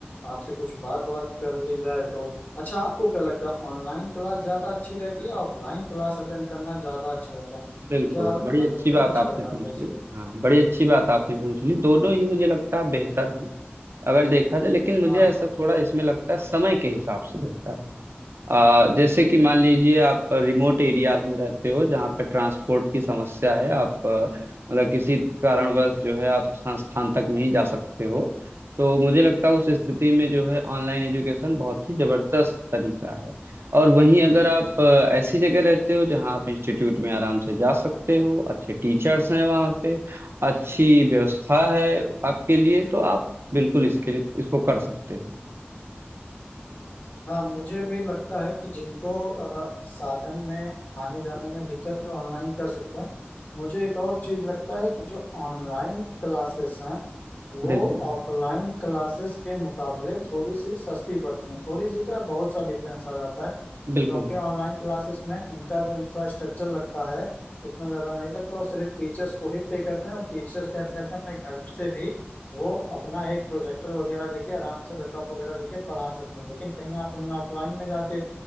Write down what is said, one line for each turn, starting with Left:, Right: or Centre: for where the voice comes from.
Left: आपसे कुछ बात बात कर ली जाए तो अच्छा आपको क्या लगता है ऑनलाइन क्लास ज्यादा अच्छी रहती है या ऑफलाइन क्लास अटेंड करना ज्यादा अच्छा रहता है
Right: बिल्कुल
Left: क्या मतलब
Right: बड़ी अच्छी
Left: क्या
Right: बात
Left: विचार
Right: आपने
Left: है
Right: पूछ
Left: आपका इस
Right: ली
Left: पे
Right: हाँ बड़ी
Left: हम्म,
Right: अच्छी बात आपने पूछ ली दोनों ही मुझे लगता है बेहतर हैं अगर देखा जाए लेकिन मुझे
Left: हाँ
Right: ऐसा थोड़ा इसमें लगता है समय के हिसाब से बेहतर है आ, जैसे कि मान लीजिए आप रिमोट एरियाज में रहते हो जहाँ पे ट्रांसपोर्ट की समस्या है आप अ, मतलब किसी कारणवश जो है आप संस्थान तक नहीं जा सकते हो तो मुझे लगता है उस स्थिति में जो है ऑनलाइन एजुकेशन बहुत ही जबरदस्त तरीका है और वहीं अगर आप अ, ऐसी जगह रहते हो जहाँ आप इंस्टीट्यूट में आराम से जा सकते हो अच्छे टीचर्स हैं वहाँ पे अच्छी व्यवस्था है आपके लिए तो आप बिल्कुल इसके इसको कर सकते हो
Left: हाँ मुझे भी लगता है कि जिनको अ, साधन में आने जाने में दिक्कत है ऑनलाइन कर सकते हैं मुझे एक और चीज लगता है कि जो ऑनलाइन क्लासेस हैं वो
Right: बिल्कुल
Left: ऑफलाइन क्लासेस के मुकाबले थोड़ी सी सस्ती पड़ती हैं थोड़ी सी क्या बहुत सा डिफरेंस आ जाता है
Right: बिल्कुल
Left: क्योंकि ऑनलाइन क्लासेस में उनका जो इंफ्रास्ट्रक्चर लगता है उतना ज्यादा नहीं लगता वो सिर्फ टीचर्स को ही पे करते हैं और टीचर्स क्या करते हैं अपने घर से भी वो अपना एक प्रोजेक्टर वगैरह लेके आराम से लैपटॉप वगैरह लेके पढ़ा सकते हैं लेकिन कहीं आप वहीं ऑफलाइन में जाते